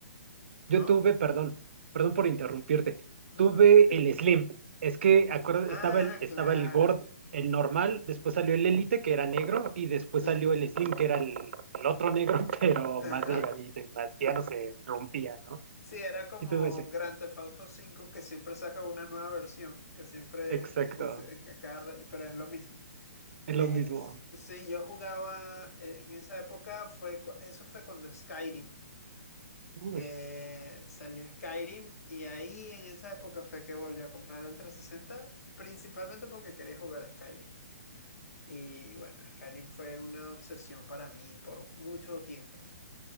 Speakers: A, on the right; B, on the left.
A: Yo
B: no,
A: tuve, perdón, perdón por interrumpirte,
B: no,
A: tuve
B: no, tranquilo.
A: el Slim. Es que acuerda,
B: Ah,
A: estaba el, estaba
B: claro,
A: el Gord, el normal, después salió el Elite, que era negro, y después
B: sí.
A: salió el Slim, que era el, el otro negro, <laughs> pero más
B: ajá
A: delgadito y más, que ya no se rompía, ¿no?
B: Sí, era como
A: Sí tuve ese.
B: Grand Theft Auto cinco que siempre saca una nueva versión, que siempre
A: Exacto,
B: es, es a cada ra- pero es lo mismo.
A: es
B: Es,
A: lo mismo.
B: sí, yo jugaba en esa época, fue, cu- eso fue cuando Skyrim,
A: Uy,
B: que salió Skyrim y ahí en esa época fue que volví a comprar el trescientos sesenta principalmente porque quería jugar Skyrim. Y bueno, Skyrim fue una obsesión para mí por mucho tiempo.